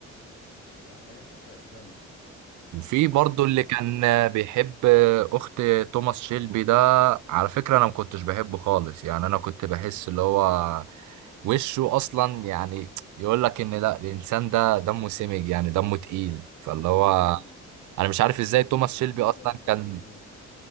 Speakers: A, on the left (about 55°); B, on the right (about 75°).
A: ده حاجة تحرق الدم
B: وفي برضه اللي كان بيحب اخت توماس شيلبي ده على فكره انا ما كنتش بحبه خالص يعني انا كنت بحس اللي هو وشه اصلا يعني يقول لك ان لا الانسان ده دمه سمج يعني دمه تقيل فاللي هو
A: ده مين
B: انا مش عارف ازاي توماس شيلبي
A: مين
B: اصلا
A: ده اللي أنت
B: كان
A: قصدك عليه؟